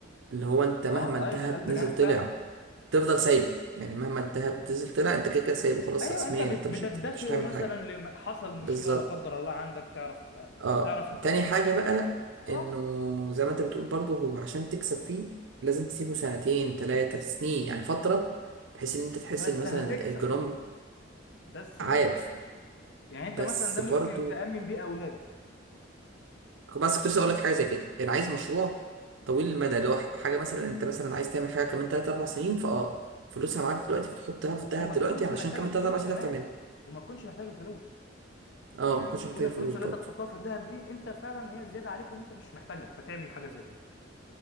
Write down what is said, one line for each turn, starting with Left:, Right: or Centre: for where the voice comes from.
Right: اللي هو انت مهما
Left: اه
Right: الدهب
Left: ايوه قلب
Right: نزل
Left: جامد
Right: طلع
Left: فعلا
Right: تفضل سايبه يعني مهما الدهب نزل طلع انت كده كده سايبه خلاص
Left: ايوه
Right: رسميا
Left: انت بت-
Right: انت
Left: بتدخره
Right: مش هتح- مش هتعمل
Left: مثلا
Right: حاجه
Left: لما حصل مشكله
Right: بالظبط
Left: لا قدر الله عندك تعرف
Right: اه
Left: تعرف تفكه
Right: تاني حاجه بقى
Left: اه
Right: انه زي ما انت بتقول برضه هو عشان تكسب فيه لازم تسيبه سنتين ثلاثه سنين يعني فتره بحيث ان انت تحس
Left: بس
Right: ان مثلا
Left: هتكسب
Right: الجرام
Left: بس
Right: عارف
Left: هتكسب يعني
Right: بس
Left: انت مثلا ده
Right: برضه
Left: ممكن تأمن بيه اولادك
Right: بس كنت لسه اقول لك حاجه زي كده يعني عايز مشروع طويل المدى اللي هو حاجه مثلا انت مثلا عايز تعمل حاجه كمان 3 4 سنين فاه فلوسها معاك دلوقتي فتحطها
Left: و-
Right: في الدهب
Left: وما
Right: دلوقتي
Left: تكونش
Right: علشان
Left: محتاج
Right: كمان
Left: الفلوس
Right: 3 4 سنين
Left: كمان
Right: تعرف تعملها
Left: وما تكونش محتاج الفلوس
Right: اه
Left: يعني
Right: ما كنتش
Left: تكون
Right: محتاج
Left: الفلوس
Right: فلوس
Left: اللي
Right: برضه
Left: انت تحطها في الذهب دي انت فعلا هي زياده عليك وانت مش محتاجها فتعمل حاجه زي كده